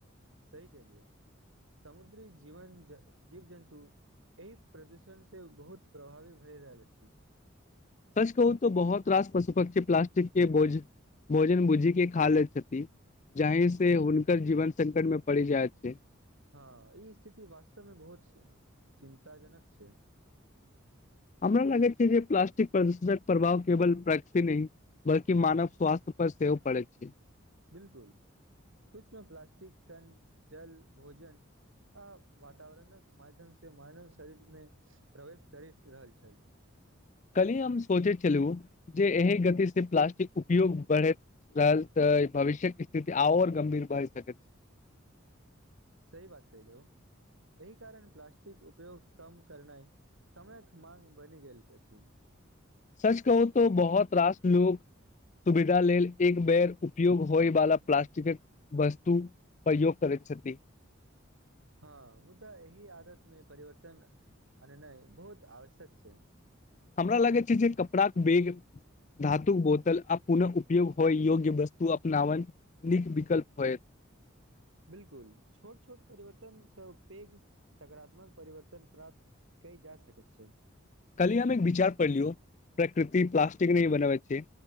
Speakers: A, on the right; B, on the left.
A: सही कहलिए समुद्री-जीवन, जीव-जन्तु एहि प्रदूषणसँ बहुत प्रभावी भए रहल अछि।
B: सच कहू तो बहुत रास पशु पक्षी प्लास्टिक के भोज भोजन बुझीे क खा लैत छथि‌। जाहि से हुनकर जीवन संकट मे पड़ि जाय छै।
A: हँ ई स्थिति वास्तवमे बहुत चिन्तााजनक छै।
B: हमरा लागैत छै जे प्लास्टिक प्रदूषणक प्रभाव केवल प्राकृति नहि बल्कि मानव स्वास्थ्य पर सेहो पड़ैत छै।
A: बिल्कुल सूक्ष्म प्लास्टिक कन जल भोजन आ वातावरणक माध्यम से मानव शरीरमे प्रवेश करि रहल छल।
B: कल्हि हम सोचैत छलहुँ जे एहि गतिसँ प्लास्टिक उपयोग बढ़ैत रहल तऽ भविष्यक स्थिति आओर गम्भीर बढ़ सकैत छै।
A: सही बात कहिलौं एहि कारण प्लास्टिक उपयोग कम करनाइ समयक मांग बनि गेल अछि।
B: सच कहू तो बहुत रास लोक सुविधा लेल एक बेर उपयोग होयवाला प्लास्टिकक वस्तु प्रयोग करैत छथि।
A: हँ मुदा एहि आदत मे परिवर्तन आननाय बहुत आवश्यक छै।
B: हमरा लागै छै जे कपड़ाक बैग धातुक बोतल आ पुनः उपयोग होइ योग्य वस्तु अपनावन नीक विकल्प होयत।
A: बिल्कुल छोट-छोट परिवर्तनसँ पैघ सकारात्मक परिवर्तन प्राप्त कयल जा सकैत छै।
B: कल ही हम एक विचार पढ़लियौ प्रकृति प्लास्टिक नहि बनाबैत छै,